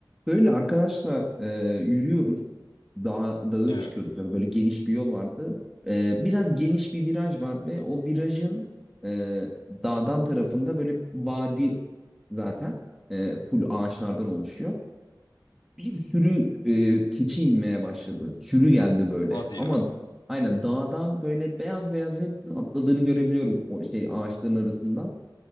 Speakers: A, in the centre; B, on the left.
A: Böyle arkadaşla e, yürüyoruz. Dağ, dağa dağı
B: Evet.
A: çıkıyorduk. Yani Böyle geniş bir yol vardı. E, biraz geniş bir viraj var ve o virajın e, dağdan tarafında böyle vadi zaten e, full ağaçlardan oluşuyor. Bir sürü e, keçi inmeye başladı. Sürü geldi böyle.
B: Hadi
A: Ama
B: ya.
A: aynen dağdan böyle beyaz beyaz hepsinin atladığını görebiliyorum o şey ağaçların arasından.